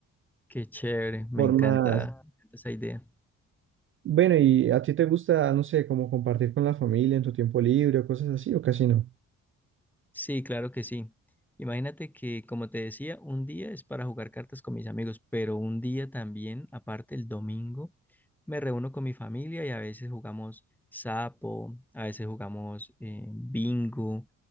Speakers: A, in the centre; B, on the right (about 45°).
A: Qué chévere, me
B: Formas.
A: encanta, me encanta esa idea.
B: Bueno, ¿y a ti te gusta, no sé, como compartir con la familia en tu tiempo libre o cosas así, o casi no?
A: Sí, claro que sí. Imagínate que, como te decía, un día es para jugar cartas con mis amigos, pero un día también, aparte el domingo me reúno con mi familia y a veces jugamos sapo, a veces jugamos eh, bingo.